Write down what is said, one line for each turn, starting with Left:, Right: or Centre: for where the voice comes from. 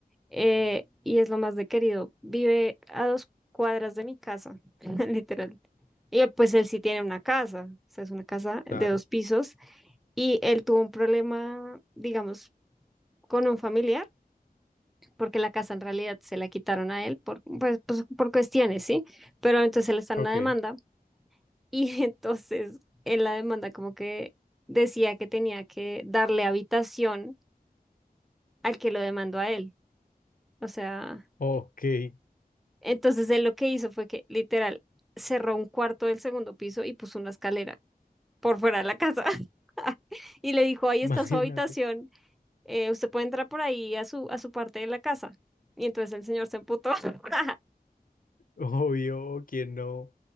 Centre: eh, y es lo más de querido. Vive a dos cuadras de mi casa, <laughs> literal. Y eh, pues él sí tiene una casa, o sea, es una casa
Left: Claro.
Centre: de dos pisos y él tuvo un problema, digamos, con un familiar, porque la casa en realidad se la quitaron a él por, pues, pues, por cuestiones, ¿sí? Pero entonces él está en
Left: Ok.
Centre: una demanda Y <laughs> entonces en la demanda como que decía que tenía que darle habitación al que lo demandó a él. O sea,
Left: Ok, <laughs>
Centre: entonces él lo que hizo fue que literal cerró un cuarto del segundo piso y puso una escalera por fuera de la casa. <laughs> Y le dijo, ahí
Left: imagínate.
Centre: está su habitación, eh, usted puede entrar por ahí a su, a su parte de la casa. Y entonces el señor se emputó. <laughs>
Left: Obvio, ¿quién no?